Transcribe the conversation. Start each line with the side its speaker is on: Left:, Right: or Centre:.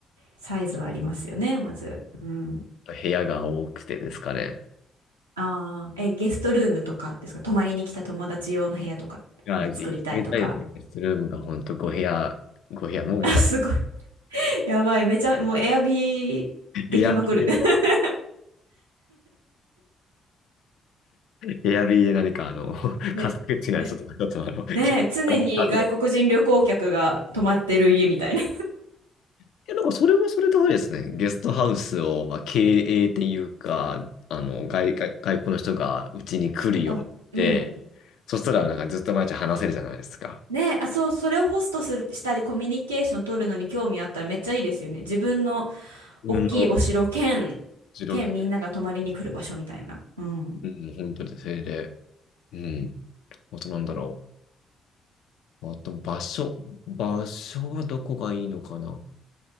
Right: サイズはありますよね、まず。うん。
Left: 部屋が多くてですかね。
Right: ああ、え、ゲストルームとかですか泊まりに来た友達用の部屋とかも作りたいとか。
Left: いや、ぜひ行ってみたいですね。ゲストルームが本当ご部屋、ご部屋、
Right: <laughs>
Left: もうまた、
Right: あ、すごい。<laughs> やばい。めちゃ、もうエアビーできまくる。
Left: エアビー
Right: <laughs>
Left: で、エアビーで何かあの、<laughs>
Right: ね、
Left: カサ口なやつとか、
Right: ね、
Left: ちょっとあの、けあの
Right: ねえ、常に外国人旅行客が泊まってる家みたいな。
Left: いや、なんかそれもそれであれですね。ゲストハウスを、まあ、経営っていうか、あの、外、外、外国の人がうちに来るようにって、
Right: <laughs> また、うん。
Left: そしたらなんかずっと毎日話せるじゃないですか。
Right: ねえ、あ、そう、それをホストする、したりコミュニケーション取るのに興味あったらめっちゃいいですよね。自分の
Left: 自分の
Right: 大きいお城兼、
Left: 実力
Right: 兼みんなが泊まりに来る場所みたいな。うん。
Left: うん、本当にそれで、うん、あとなんだろう。あと場所、場所はどこがいいのかな。